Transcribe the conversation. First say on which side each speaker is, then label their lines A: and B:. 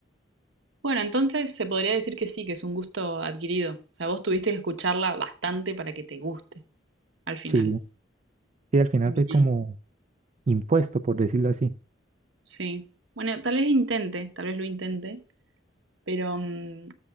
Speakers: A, on the right; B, on the right.
A: Bueno, entonces se podría decir que sí, que es un gusto adquirido. O sea, vos tuviste que escucharla bastante para que te guste al final.
B: Sí. Sí, al final
A: Bien,
B: fue como impuesto, por decirlo así.
A: sí. Bueno, tal vez intente, tal vez lo intente, pero mm,